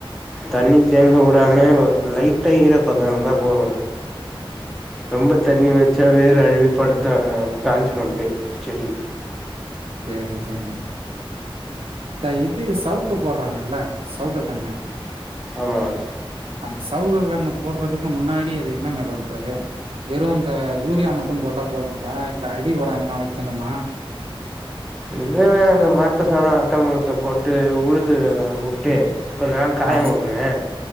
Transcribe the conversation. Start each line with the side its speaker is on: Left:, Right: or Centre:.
Centre: தண்ணி தேங்க விடாம லைட்டா ஈர பதோ இருந்தா போதோ ரொம்ப தண்ணி வச்சா வேரு அழுவி பருத்தா காஞ்சிரோ அப்படியே செடி
Right: சரிங்க சரிங்க இந்த இது சவுக்கு போடுறாங்கல்ல சௌக்கு கன்னு
Centre: ஆமாம்
Right: அந்த சவுக்கு கண்ணு போடுறதுக்கு முன்னாடி அது என்னங்க பண்றது வெறு அந்த யூரியா மட்டு போட்டா போதுங்களா இல்ல அடி உரோ எதுன்னா வைக்கணுமா
Centre: எது வேணா இந்த மாட்டு சாணோ ஆட்டா முழுக்க போட்டு உழுது வுட்டு கொஞ்ச நாள் காய
Right: ஆ
Centre: வுடுங்க